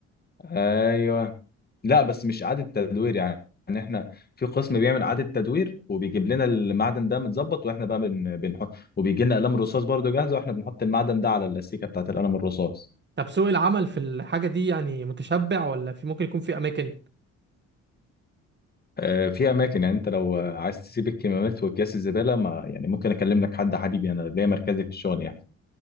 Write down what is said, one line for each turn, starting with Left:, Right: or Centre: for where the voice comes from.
Left: ايوه لا بس مش إعادة تدوير يعني يعني احنا في قسم بيعمل إعادة تدوير وبيجيب لنا المعدن ده متظبط واحنا بقى بن- بنحط وبيجي لنا قلم رصاص برضه جاهزة واحنا بنحط المعدن ده على الأستيكة بتاعت القلم الرصاص
Right: طب سوق العمل في الحاجه دي يعني متشبع ولا في ممكن يكون في اماكن
Left: آه، في اماكن يعني انت لو آه، عايز تسيب الكمامات واكياس الزباله ما يعني ممكن اكلم لك حد حبيبي انا ليا مركزي في الشغل يعني